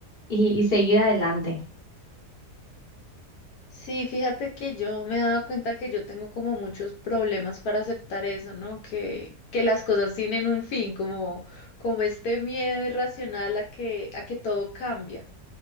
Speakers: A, on the left; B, on the left.
A: y, y seguir adelante.
B: Sí, fíjate que yo me he dado cuenta que yo tengo como muchos problemas para aceptar eso, ¿no? Que, que las cosas tienen un fin, como, como este miedo irracional a que, a que todo cambia.